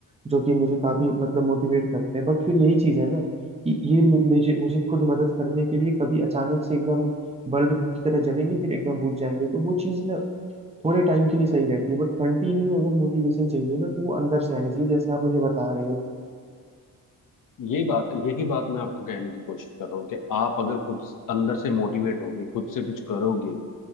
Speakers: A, on the right; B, on the left.
A: जो कि मुझे काफी मतलब मोटिवेट करते हैं बट फिर यही चीज है ना कि ये मु- मुझे मुझे खुद मदद करने के लिए कभी अचानक से एकदम बल्ब की तरह जलेंगे फिर एकदम बुझ जाएंगे तो वो चीज ना थोड़े टाइम के लिए सही रहती है बट कंटिन्यू अगर मोटिवेशन चाहिए ना तो वो अंदर से आनी चाहिए जैसे आप मुझे बता रहे हो
B: ये बात यही बात मैं आपको कहने की कोशिश कर रहा हूँ कि आप अगर खुद अंदर से मोटिवेट होगे खुद से कुछ करोगे